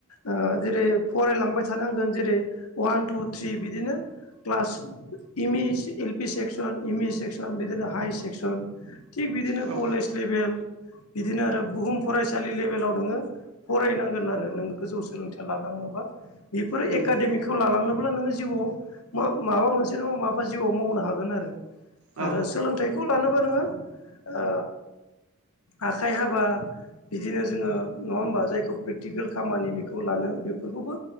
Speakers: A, on the left; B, on the right.
A: ओ जेरै- फरायलांबाय थानांगोन जेरै- वान, टु, थ्रि बिदिनो class M E, L P section, M E section, बिदिनो हाइ सेक्सन, थिग बिदिनो
B: औ
A: कलेज लेभेल बिदिनो आरो बुहुम फरायसालि लेभेलाव नोङो। फरायनांगोन आरो नों गोजौ सोलोंथाइ लानांगौबा बेफोर
B: नंगौ
A: एकाडेमिक बेखौ लालांनोब्ला नोङो जिउआव मा-माबा मोनसे नङा, माबा जिउआव मावनो हागोन आरो।
B: औ
A: आरो सोलोंथाइखौ लानोबा नोङो, ओ आखाइ हाबा बिदिनो जोङो, नङा होमबा? जायखौ प्रेक्टिकेल खामानि बेखौ लानो बेफोरखौबो